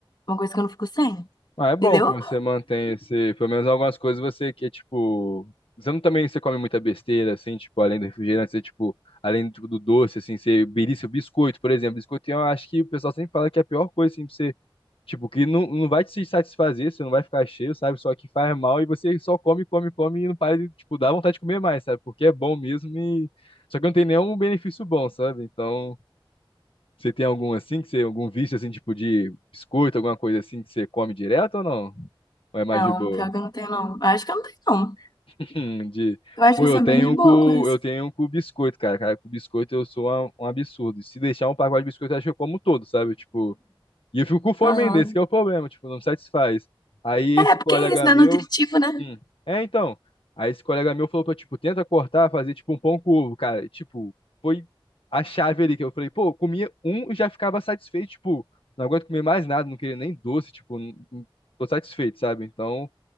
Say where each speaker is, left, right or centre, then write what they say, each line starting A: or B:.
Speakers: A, on the left (about 50°); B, on the left (about 75°).
A: Uma coisa que eu não fico sem,
B: Ah, é bom
A: entendeu?
B: que você mantém esse, pelo menos algumas coisas você que é tipo, você não também você come muita besteira assim, tipo, além do refrigerante, você tipo, além do, do doce assim, você belisca o biscoito, por exemplo, biscoito, eu acho que o pessoal sempre fala que é a pior coisa assim pra você, tipo, que não, não vai te satisfazer, você não vai ficar cheio, sabe? Só que faz mal e você só come, come, come e não para de, tipo, dá vontade de comer mais, sabe? Porque é bom mesmo e só que não tem nenhum benefício bom, sabe? Então, você tem algum assim que você algum vício assim, tipo de biscoito, alguma coisa assim que você come direto ou não? Ou é mais
A: Não,
B: de boa?
A: pior que eu não tenho, não. Eu Acho que eu não tenho, não.
B: <laughs> De...
A: Eu acho
B: Pô,
A: que eu
B: eu
A: sou
B: tenho
A: bem de
B: um
A: boa
B: com,
A: com isso.
B: eu tenho um com biscoito, cara. Cara, com biscoito eu sou uma- um absurdo. Se deixar um pacote de biscoito, eu acho que eu como todo, sabe? Tipo, e eu fico com fome
A: Aham.
B: ainda, esse que é o problema, tipo, não me satisfaz. Aí esse
A: É, é porque
B: colega
A: é isso dá
B: meu.
A: nutritivo, né?
B: Hum. É, então. Aí esse colega meu falou pra, tipo, tenta cortar, fazer tipo um pão com ovo, cara. E, Tipo, foi a chave ali que eu falei, pô, eu comia um e já ficava satisfeito, tipo, não aguento comer mais nada, não queria nem doce, tipo, não- não- tô satisfeito, sabe? Então.